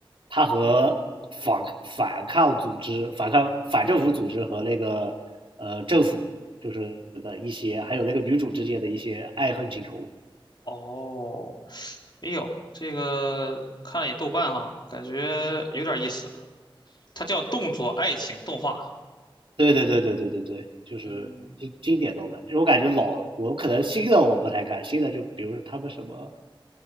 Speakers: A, on the right; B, on the left.
A: 他和反反抗组织、反抗反政府组织和那个呃政府就是的一些，还有那个女主之间的一些爱恨情仇，
B: 哦，哎呦，这个看了眼豆瓣哈，感觉有点意思。它叫动作爱情动画，
A: 对对对对对对对，就是经经典动漫。
B: 嗯，
A: 就是我感觉老，我可能新的我不太看，新的就比如说他们什么，